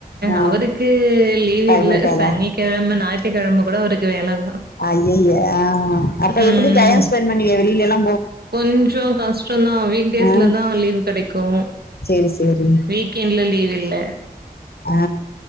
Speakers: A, on the left (about 75°); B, on the right (about 80°).
A: ஆ
B: அவருக்கு லீவ்
A: டைம்
B: இல்ல
A: இருக்காதா
B: சனி கிழம ஞாயித்துக்கிழம கூட அவருக்கு வேல தா
A: ஐயய்ய ஆ அப்ப
B: ம்
A: எப்டி டைம் ஸ்பெண்ட் பண்ணுவிங்க வெளிலல்லா
B: கொஞ்சோ கஷ்ட தா வீக்டேஸ்ல
A: ஆ
B: தா லீவ் கிடைக்கு
A: சேரி சேரி
B: வீக்கெண்ட்ல லீவ் இல்ல
A: ஆ